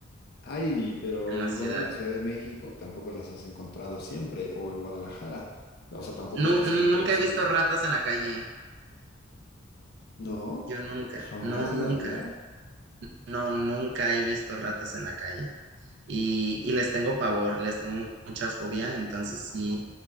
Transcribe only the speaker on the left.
Ay, pero
igual
en la Ciudad de México tampoco las has encontrado siempre o en Guadalajara. O sea, tampoco
estás
ahí por el centro.
No,
jamás
en la vida.